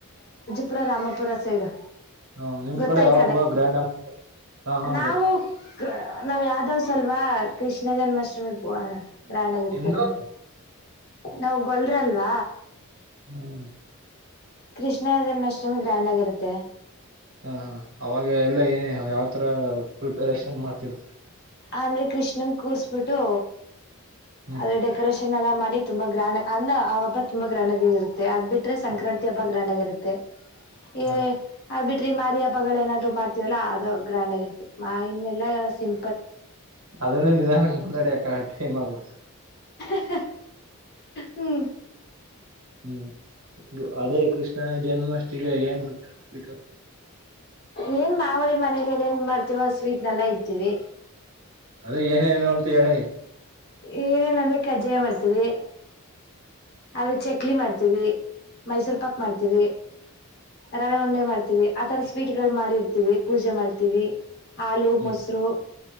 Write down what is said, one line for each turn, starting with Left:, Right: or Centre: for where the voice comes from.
Left: ಪುರ ರಾಮಪುರ ಸೈಡು
Right: ಹಾ ನಿಮ್
Left: ಗೊತ್ತಾ
Right: ಕಡೆ ಯಾವ
Left: ಈ
Right: ಹಬ್ಬ ಗ್ರಾಂಡಾಗ್ ಮಾಡ್ತಾರೆ ಹ ಹಾ
Left: ನಾವು
Right: ಗೊತ್ತು
Left: ನಾವ್ ಯಧವಸ್ ಅಲ್ವಾ ಕೃಷ್ ಕೃಷ್ಣ ಜನ್ಮಾಷ್ಟಮಿ ಗ ಗ್ರ್ಯಾಂಡ್ ಆಗಿರುತ್ತೆ
Right: ನಿಮ್ದು
Left: ನಮ್ಗೆ ನಾವ್ ಗೋಲ್ರಾಲ್ವ.
Right: ಹ್ಮ್
Left: ಕೃಷ್ಣ ಜನ್ಮಾಷ್ಟಮಿ. ಗ್ರ್ಯಾಂಡ್ ಆಗಿರುತ್ತೆ.
Right: ಹಾ ಹ ಅವಾಗ ಎಲ್ಲ ಏನ ಯಾವ್ ಪ್ರ ಪ್ರಿಪರೇಷನ್ ಮಾಡ್ತ್ ತಿರ
Left: ಅಂದ್ರೆ ಕೃಷ್ಣಂಗ ಕೂರ್ಸ್ಬಿಟ್ಟು
Right: ಹ್ಮ್
Left: ಅದೇ ಡೆಕೋರೇಷನ್ ಎಲ್ಲ ಮಾಡಿ ತುಂಬಾ ಗ್ರಾಂಡ ಅಲ್ಲ ಆ ಹಬ್ಬ ತುಂಬಾ ಗ್ರಾಂಡ ಆಗ ಇರುತ್ತೆ ಅದ್ ಬಿಟ್ರೆ ಸಂಕ್ರಾಂತಿ ಹಬ್ಬ ಗ್ರಾಂಡ ಆಗ ಇರುತ್ತೆ ಏ
Right: ಹ
Left: ಅದ್ ಬಿಟ್ರಿ ಈ ಮಾರಿ ಹಬ್ಬಗಲ್ ಏನಾದ್ರು ಮಾಡ್ ವಲ್ಲ ಅದು ಗ್ರ್ಯಾಂಡ್ ಆಗಿರ್ತ್ತೆ ಆ ಇನ್ ಎಲ್ಲ ಸಿಂ
Right: ಅದುನೇ ನಿಧಾನುಕ್ ಮತ್ತಡೇ ಾ ಹೇಮಾಗುವಟ್ಟ
Left: ಹ್ಹಾ ಹ್ಮ್
Right: ಹ್ಮ್ ಅದೇ ಕೃಷ್ಣ ನ ಜನ್ಮಾಷ್ಟಿಗೆ ಏನ್ ಮಾಡ್ತಾರೆ ಬಿಟ್ಟು
Left: ಏನ್ ಮಾಮಲಿ ಮನೇಲಿ ಏನೇನ್ ಮಾಡ್ತೀವ ಸ್ವೀಟ್ನೆಲ್ಲಾ ಇರ್ತಿವಿ
Right: ಅದ ಏನೇನು ಅಂತ ಹೇಳಿ
Left: ಏನೆಂದರೆ ಕಚಾಯ ಮಾಡ್ತೀವಿ ಅದೇ ಚಕಲ್ಲಿ ಮಾಡ್ತೀವಿ, ಮೈಸೂರು ಪಾಕ್ ಮಾಡ್ತೀವಿ ರವೆ ಉಂಡೆ ಮಾಡ್ತೀವಿ ಆತರ ಸ್ವೀಟ್ ಗಳು ಮಾಡಿರ್ತೀವಿ ಪೂಜೆ ಮಾಡ್ತೀನಿ ಹಾಲು
Right: ಹ್ಮ್
Left: ಮೊಸರು